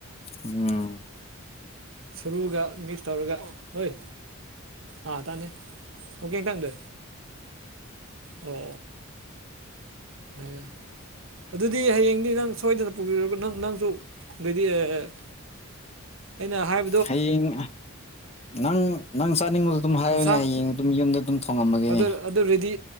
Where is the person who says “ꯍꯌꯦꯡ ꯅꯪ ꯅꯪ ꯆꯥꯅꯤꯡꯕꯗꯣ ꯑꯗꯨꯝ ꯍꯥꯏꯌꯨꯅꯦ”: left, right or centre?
Left